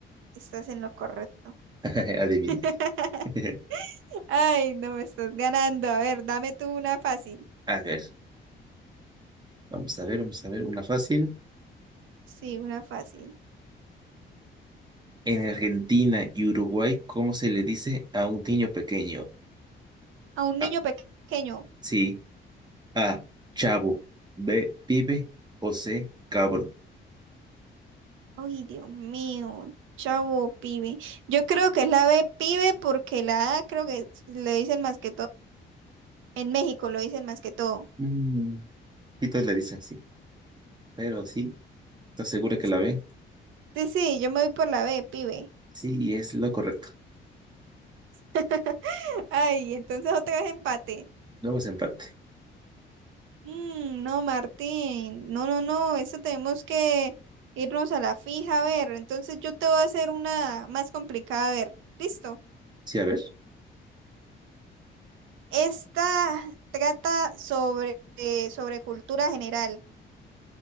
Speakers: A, on the right (about 80°); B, on the right (about 20°).
A: estás en lo correcto.
B: <laughs> Adivine.
A: <laughs>
B: <laughs>
A: Ay, no me estás ganando. A ver, dame tú una fácil.
B: A ver. Vamos a ver, vamos a ver, una fácil.
A: Sí, una fácil.
B: En Argentina y Uruguay, ¿cómo se le dice a un niño pequeño?
A: A un
B: A,
A: niño pequeño.
B: sí, A, chavo, B, pibe o C, cabro.
A: Ay, Dios mío. Chavo, pibe. Yo creo que es la B, pibe, porque la A creo que le dicen más que todo. En México lo dicen más que todo.
B: Mm, y todos le dicen sí, pero sí, ¿estás segura que
A: Sí,
B: la ven?
A: sí, sí, yo me voy por la B, pibe.
B: Sí, y es lo correcto.
A: <laughs> Ay, entonces otra vez empate.
B: Vamos a empate.
A: Mm, no, Martín. No, no, no. Eso tenemos que irnos a la fija. A ver, entonces yo te voy a hacer una más complicada. A ver, listo.
B: Sí, a ver,
A: Esta trata sobre, eh, sobre cultura general.